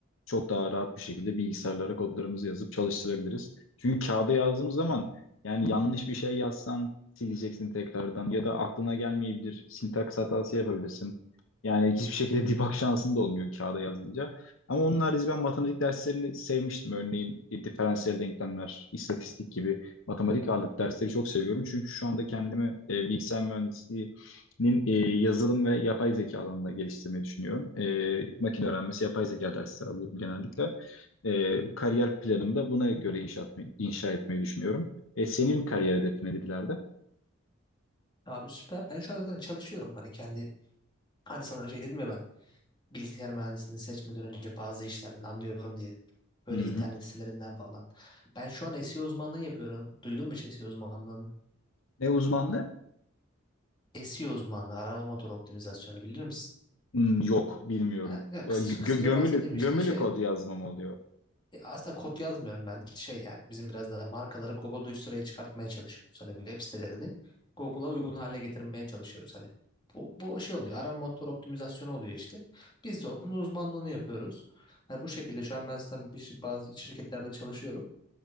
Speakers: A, on the left; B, on the left.
A: çok daha rahat bir şekilde bilgisayarlara kodlarımızı yazıp çalıştırabiliriz. Çünkü kağıda yazdığımız zaman yani yanlış bir şey yazsan sileceksin tekrardan ya da aklına gelmeyebilir. Sintaks hatası yapabilirsin. Yani hiçbir şekilde debug şansın da olmuyor kağıda yazınca. Ama onun harici ben matematik derslerini sevmiştim. Örneğin e, diferansiyel denklemler, istatistik gibi matematik ağırlıklı dersleri çok seviyorum. Çünkü şu anda kendimi e, bilgisayar mühendisliğinin e, yazılım ve yapay zeka alanında geliştirmeyi düşünüyorum. E, makine öğrenmesi, yapay zeka dersleri alıyorum genellikle. E, kariyer planımı da buna göre inşa, etme- inşa etmeyi düşünüyorum. E, senin kariyer hedefin nedir ileride?
B: Abi süper. Ben şu an zaten çalışıyorum. Hani kendi Hani sana şey dedim ya ben. bilgisayar mühendisliğini seçmeden önce bazı işlerden anlıyorum diye. Böyle
A: Hı hı.
B: internet sitelerinden falan. Ben şu an SEO uzmanlığı yapıyorum. Duydun mu hiç SEO uzmanlığını?
A: Ne uzmanlığı?
B: SEO uzmanlığı, arama motoru optimizasyonu bilir misin?
A: Hmm, yok, bilmiyorum.
B: Ha, ya
A: Gö
B: Kısaca,
A: gö-
B: kısaca
A: gömülü,
B: bahsedeyim
A: gömülü
B: işte şey
A: kod yazmam oluyor.
B: E, Aslında kod yazmıyorum ben şey yani bizim biraz daha markaları Google'da üst sıraya çıkartmaya çalışıyoruz. Hani web sitelerini Google'a uygun hale getirmeye çalışıyoruz. Hani bu, bu şey oluyor arama motor optimizasyonu oluyor işte. Biz de onun uzmanlığını yapıyoruz. Hani bu şekilde şu an ben zaten bir, şir- bazı şirketlerde çalışıyorum.